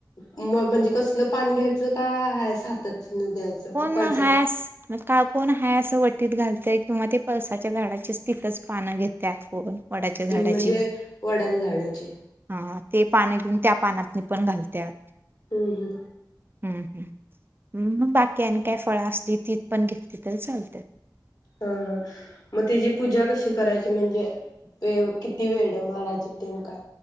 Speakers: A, on the left; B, on the right.
A: म म्हणजे कसलं पान घ्याय जं काय हाय सातत द्यायचं
B: कोण
A: कपालचाच
B: हाय असं का कोण हा असं वटीत घालतय किंवा ते पळसाच्या झाडाची स् तितच पानं घेत कोण वडाच्या झाडाची
A: इ म्हणजे वडाच्या झाडाची
B: हा ते पाणं घेऊन त्या पानातनि पण घालत्यात.
A: हूं हूं
B: हम् हम हम् बाकी काय नी काय फळं असली ती पण घेतली तरी चालत्यात
A: ह हा मग तिजी पूजा कशी करायची म्हणजे वे किती वेळ आहे महाराज येतीन का?